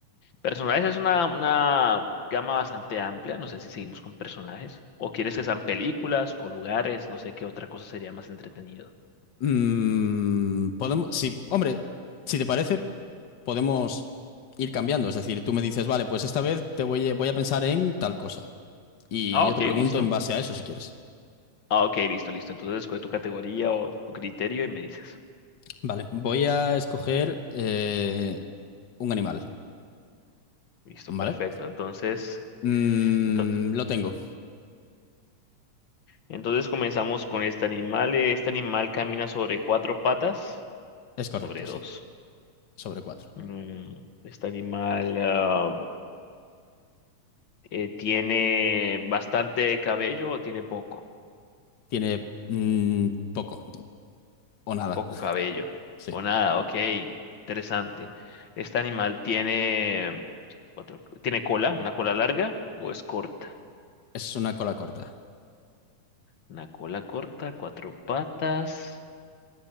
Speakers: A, on the left; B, on the left.
A: Personajes es una, una gama bastante amplia, no sé si seguimos con personajes, o quieres que sean películas o lugares, no sé qué otra cosa sería más entretenido.
B: Mm, podemos... Sí, hombre, si te parece... podemos ir cambiando. Es decir, tú me dices, vale, pues esta vez te voy a, voy a pensar en tal cosa. Y
A: Ah,
B: yo
A: ok,
B: te pregunto
A: listo.
B: en base a eso si quieres.
A: Ah, ok, listo, listo. Entonces escoge tu categoría o tu criterio y me dices.
B: Vale, voy a escoger eh, un animal,
A: Listo,
B: ¿vale?
A: perfecto. Entonces,
B: Mm,
A: entonces,
B: lo tengo.
A: Entonces comenzamos con este animal. Eh, Este animal camina sobre cuatro patas,
B: Es correcto,
A: sobre
B: sí.
A: dos.
B: Sobre cuatro.
A: Mm, Este animal ah, eh, tiene bastante cabello o tiene poco,
B: Tiene mm, poco o nada.
A: poco cabello.
B: Sí.
A: O nada, ok, interesante. Este animal tiene cuatro, tiene cola, una cola larga o es corta.
B: Es una cola corta.
A: Una cola corta, cuatro patas,